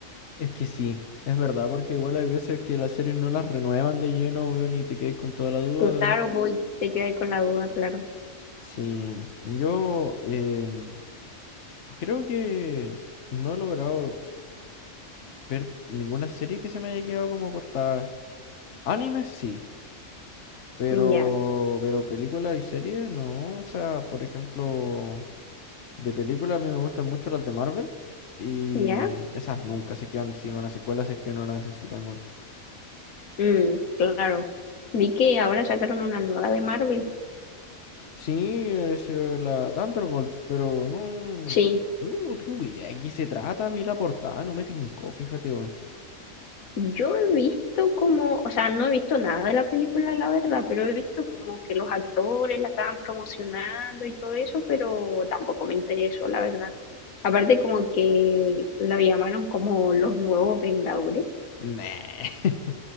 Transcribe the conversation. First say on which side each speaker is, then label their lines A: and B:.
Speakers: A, on the left (about 60°); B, on the left (about 85°).
A: Es que sí, es verdad, porque igual hay veces que las series no las renuevan de lleno, weón, y te quedáis con toda la duda.
B: Claro, voy, te quedas con la duda, claro.
A: Sí, yo em, creo que no he logrado ver ninguna serie que se me haya quedado como cortada. Anime sí. Pero,
B: Ya,
A: pero películas y series, no. O sea, por ejemplo, de películas a mí me gustan mucho las de Marvel. Y
B: ya.
A: esas nunca se quedan sin una secuela si es que no la necesitan, weón.
B: Mm, claro. Vi que ahora sacaron una nueva de Marvel.
A: Sí, es eh, la Thunderbolts, pero no,
B: Sí,
A: no, no tengo idea de qué se trata. Vi la portada, no me tincó, fíjate, weón.
B: yo he visto como, o sea, no he visto nada de la película, la verdad, pero he visto como que los actores la estaban promocionando y todo eso, pero tampoco me interesó, la verdad. Aparte como que lo llamaron como los nuevos Vengadores.
A: Nah. <laughs>